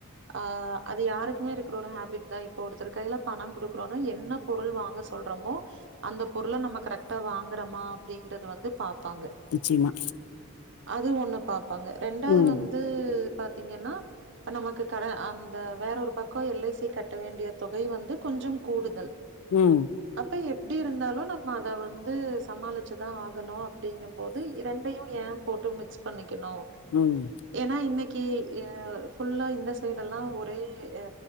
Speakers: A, on the right; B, on the left.
A: ஆ அது யாருக்குமே இருக்கிற ஒரு ஹேபிட் தா இப்ப ஒருத்தர் கைல பணம் குடுக்குறோனா என்ன பொருள் வாங்க சொல்றோமோ அந்த பொருள நம்ம கரெக்டா வாங்றமா அப்டிங்கறத வந்து பாப்பாங்க
B: நிச்சியமா
A: அது ஒண்ணு பாப்பாங்க ரெண்டாது
B: ம்
A: வந்து பாத்தீங்கன்னா இப்ப நமக்கு கடன் அந்த வேற ஒரு பக்கோ எல் ஐ சி கட்ட வேண்டிய தொகை வந்து கொஞ்சோ கூடுதல்
B: ம்
A: அப்ப எப்டி இருந்தாலு நம்ம அத வந்து சமாளிச்சிதா ஆகணு அப்டிங்கு போது இரண் டையு ஏ போட்டு மிக்ஸ் பண்ணிக்கணு
B: ம்
A: ஏன்னா இன்னைக்கி ஏ ஃபுல்லா இந்த சைடு எல்லா ஒரே ஆ